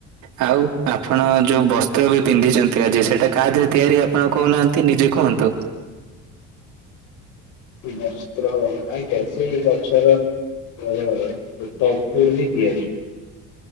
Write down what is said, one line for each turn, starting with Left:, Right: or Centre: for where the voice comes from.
Right: ଆଉ ଆପଣ ଯୋଉ ବସ୍ତ୍ର ବି ପିନ୍ଧିଛନ୍ତି ଆଜି ସେଇଟା କାହା ଦେହରେ ତିଆରି ଆପଣ କହୁନାହାନ୍ତି। ନିଜେ କୁହନ୍ତୁ।
Left: ବସ୍ତ୍ର ସେଇ ଗଛର <unintelligible> ମୋର ତନ୍ତୁରେ ତିଆରି।